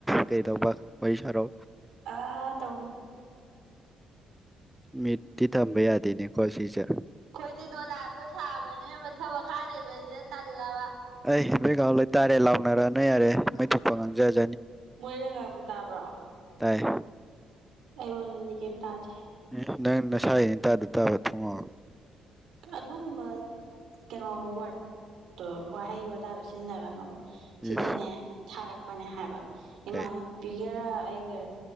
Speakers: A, in the centre; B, on the right.
A: ꯀꯩꯗꯧꯕ꯫ ꯋꯥꯔꯤ ꯁꯥꯔꯣ꯫
B: ꯑ ꯍꯥꯥ ꯇꯧꯅꯨ꯫
A: ꯃꯤꯠꯇꯤ ꯇꯝꯕ ꯌꯥꯗꯦꯅꯦꯀꯣ ꯁꯤꯁꯦ꯫
B: ꯑꯩꯈꯣꯏꯗꯤ ꯗꯣꯂꯥꯟꯗꯣ ꯁꯥꯕꯅꯤꯅ ꯃꯊꯛ ꯃꯈꯥ ꯂꯩꯕꯅꯤꯅ ꯇꯜꯂꯦꯕ꯫
A: ꯑꯩ ꯕꯩꯒꯥꯎ ꯂꫭꯏꯇꯥꯔꯦ ꯂꯥꯎꯅꯔꯅꫭ ꯌꯥꯔꯦ ꯃꯩ ꯊꯣꯛꯄ ꯉꯥꯡꯖꯔ
B: ꯃꯣꯏꯅ ꯉꯥꯡꯕ ꯇꯥꯕ꯭ꯔꯣ꯫
A: ꯇꯥꯏ
B: ꯑꯩꯉꫭꯟꯗꯗꯤ ꯀꯩꯝ ꯇꯥꯗꯦ꯫
A: ꯑꯦ ꯅꯪ ꯅꯁꯥꯏꯟꯇꯥꯥꯗ ꯇꯥꯕ ꯊꯣꯡꯉꯥꯎ꯫
B: ꯑꯗꯨꯒꯨꯝꯕ ꯀꯩꯅꯣ ꯋꯥꯠꯇꯣ ꯍꯣꯏꯍꯩ ꯋꯥꯇꯥꯗꯣ ꯁꯤꯖꯤꯟꯅꯒꯅꯣꯕ ꯁꯤꯗꯅꯦ
A: ꯏꯁ
B: ꯊꯥꯔꯛ ꯄꯅꯦ ꯍꯥꯏꯕ ꯏꯃꯅꯕꯤꯒꯔꯥ
A: ꯀꯩ
B: ꯑꯩꯒ